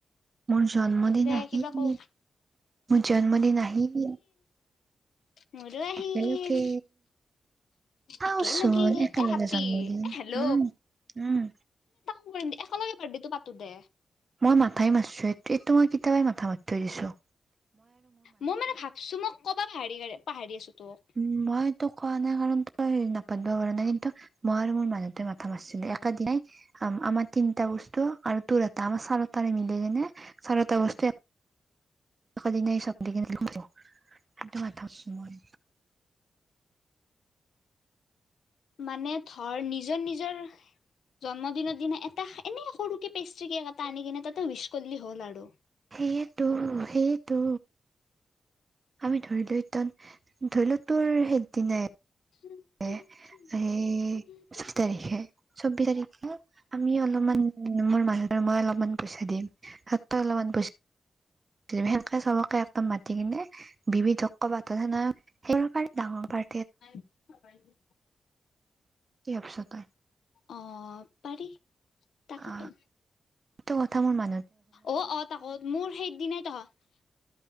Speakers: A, on the right; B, on the left.
A: মোৰ জন্মদিন
B: দে
A: আহিল,
B: কিবা কও
A: মোৰ জন্মদিন আহিল,
B: মোৰো আহিল
A: একেলগে, চাওঁচোন
B: একেলগে
A: একেলগে
B: এ আপি
A: জন্মদিন,
B: এ হেল্ল'
A: উম, উম।
B: <unintelligible> একেলগে বাৰ্থডেটো পাতো দে।
A: মই মাথাই মাৰছো, এইটো মই কেতিয়াবাই মাথা মাৰি থৈ দিছোঁ।
B: মই মানে ভাবছো, মই ক'বা পাহাৰি পাহাৰি আছো তোক।
A: উম, মই তোক কোৱা নাই কাৰণ, তই নাপাতব' পাৰা না, কিন্তু মই আৰু মোৰ মানুহটোৱে মাথা মাৰছিলো, একে দিনাই, আম আমাৰ তিনিটা বস্তু আৰু তোৰ এটা আমাৰ চাৰি টাৰে মিলি কেনে চাৰিটা বস্তু এক কেদিনাই চপ <unintelligible> সেইটো মাথা মাৰছোঁ মই।
B: মানে ধৰ, নিজৰ নিজৰ জন্মদিনৰ দিনা, এটা এনে সৰুকে পেষ্ট্ৰি কেক এটা আনি কেনে, তাতে উইচ কৰিলে হ'ল আৰু।
A: সেয়েটো, সেয়ে টো আমি ধৰি লই তই, ধৰি ল তোৰ সেই দিনাই
B: অ',
A: এ, এই, শাত তাৰিখে। ছৌবিছ তাৰিখে। আমি অলপমান, মোৰ মানুহটো আৰু মই অলপমান পইচা দিম, সাতটা লগত <unintelligible> সেনকে চবকে একদম মাতি কিনে, বিবিধক <unintelligible> ডাঙৰ পাৰ
B: <unintelligible>
A: কি ভাৱছ তই?
B: অ', পাৰি। তাকেতো।
A: অ এইটো কথা মোৰ মা
B: অ', অ', তাকো মোৰ সেই দিনে তহঁত,